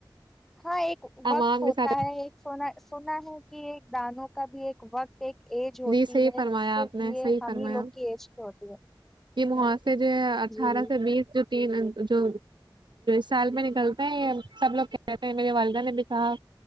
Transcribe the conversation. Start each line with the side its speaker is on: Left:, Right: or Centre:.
Centre: ہاں ایک
Right: ہم
Centre: وقت
Right: آم
Centre: ہوتا
Right: کے ساتھ
Centre: ہے ایک سنا سنا ہے کہ ایک دانوں کا بھی ایک وقت ایک ایج ہوتی
Right: جی صحیح
Centre: ہے
Right: فرمایا
Centre: صرف
Right: آپ نے
Centre: یہ
Right: صحیح
Centre: ہم
Right: فرمایا
Centre: ہی لوگ کی ایج ہوتی ہے
Right: یہ موہاسے جو ہے اٹھارہ
Centre: جی
Right: سے بیس جو تین جو سال میں نکلتا ہے سب لوگ کہتے ہیں میری والدہ نے بھی کہا